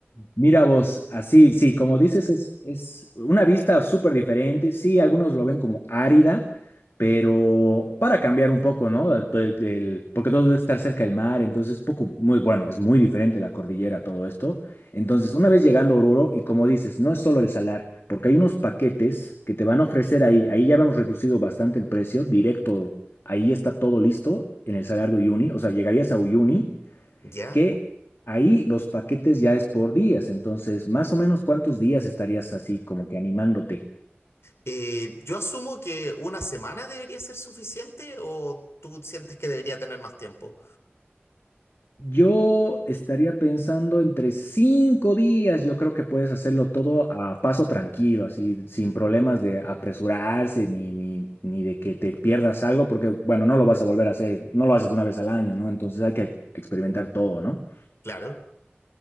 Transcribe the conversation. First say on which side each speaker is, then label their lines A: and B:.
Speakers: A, on the left (about 65°); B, on the left (about 90°).
A: Mira vos, así, sí, como dices, es, es una vista súper diferente. Sí, algunos lo ven como árida, pero para cambiar un poco, ¿no? De- del- porque todo debe estar cerca del mar, entonces poco, muy bueno, es muy diferente la cordillera, todo esto. Entonces, una vez llegando a Oruro, y como dices, no es solo el salar, porque hay unos paquetes que te van a ofrecer ahí. Ahí ya hemos reducido bastante el precio, directo, ahí está todo listo en el salar de Uyuni, o sea, llegarías a Uyuni
B: ¿Ya?
A: que ahí los paquetes ya es por días, entonces más o menos cuántos días estarías así como que animándote.
B: Eh, yo asumo que una semana debería ser suficiente o tú sientes que debería tener más tiempo.
A: Yo estaría pensando entre cinco días, yo creo que puedes hacerlo todo a paso tranquilo, así, sin problemas de apresurarse ni, ni, ni de que te pierdas algo, porque bueno, no lo vas a volver a hacer, no lo haces una vez al año, ¿no? Entonces hay que experimentar todo, ¿no?
B: Claro.